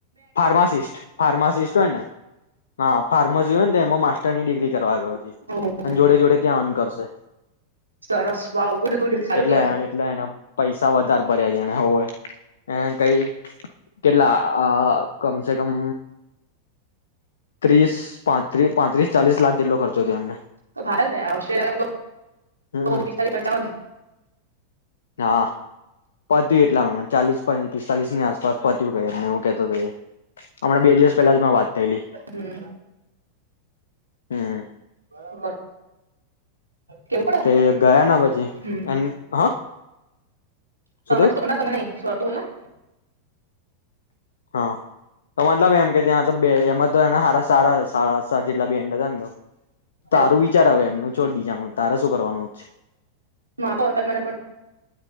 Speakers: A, on the left; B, on the right.
A: ફાર્માસિસ્ટ ફાર્માસિસ્ટ હોય ને હા ફાર્માસી હોય ને તો એમાં માસ્ટરની ડિગ્રી કરવા ગયો છે,
B: ઓહ
A: અને જોડે જોડે ત્યાં અન કરશે
B: સરસ વાવ ગુડ ગુડ સારું
A: એટલે
B: કેવાય
A: એટલે એને પૈસા વધારે ભર્યા છે, એને હોવે એને કઈ કેટલા આ કમસે કમ. ત્રીસ, પાંત્રીસ, ચાલીસ લાખ જેટલો ખર્ચો થયો એમને
B: તો ભારત ઓસ્ટ્રેલિયાસ્
A: હમ
B: પંચાવનૈ
A: હા. પત્યું એટલા ચાલીસ, પિસ્તાલીસની આસપાસ પત્યું ક એું કેતો હમણાં બે દિવસ પહેલા મેં વાત થયલી.
B: હમ.
A: હમ.
B: થાય કેવું પડે
A: તે ગયા ના પછી
B: હમ
A: એ હા.
B: તમે
A: શું થયું
B: ના તમે નહી શોરતું બોલા.
A: હા, તો મતલબ એમ કે ત્યાં તો બે એમાં તો એના સારા સાડા સાત જેટલા બેન્ડ હતા ને તો. તારું
B: એવું
A: વિચાર આવેવે એમનું છોડ બીજાનું તારે શું કરવાનું હતું.
B: મા તો તો મે